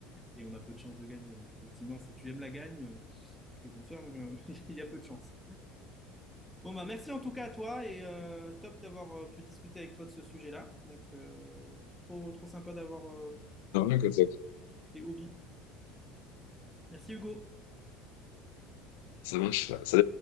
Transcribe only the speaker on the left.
ça,
ça marche. Ça